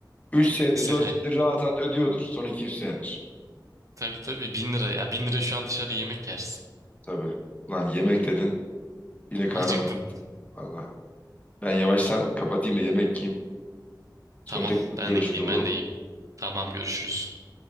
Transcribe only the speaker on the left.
üç
senedir
4 senedir rahat rahat ödüyordur. Son iki 3 senedir.
Tabii. Lan yemek dedin yine karnım
aç. Allah. Ben yavaştan kapatayım da yemek yiyeyim. Sonra
tekrar
görüşürüz
olur
mu?